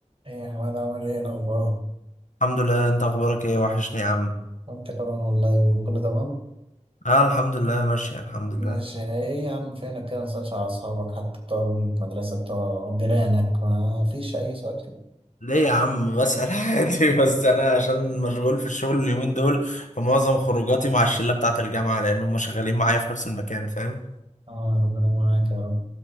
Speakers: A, on the right; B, on the left.
A: ايه يا حماد عامل ايه إيه الاخبار
B: الحمد لله انت اخبارك ايه وحشني يا عم
A: وانت كمان والله كله تمام
B: اه الحمد لله ماشي الحمد لله
A: ماشي ايه يا عم فينك كده مسألش على اصحابك حتى بتوع المدرسه بتوع جيرانك ما فيش اي سؤال كده
B: ليه يا عم بسأل عادي <laughs> بس انا عشان مشغول في الشغل اليومين دول فمعظم خروجاتي مع الشلة بتاعت الجامعة لان هم شغالين معايا في نفس المكان فاهم
A: اه ربنا معاك يا رب